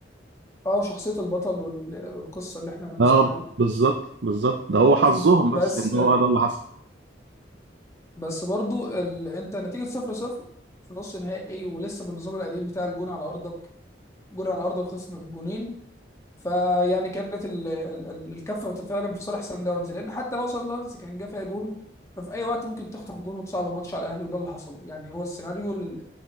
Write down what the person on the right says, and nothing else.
اه
بالظبط بالظبط ده هو
حظهم بس
ان هو ده اللي حصل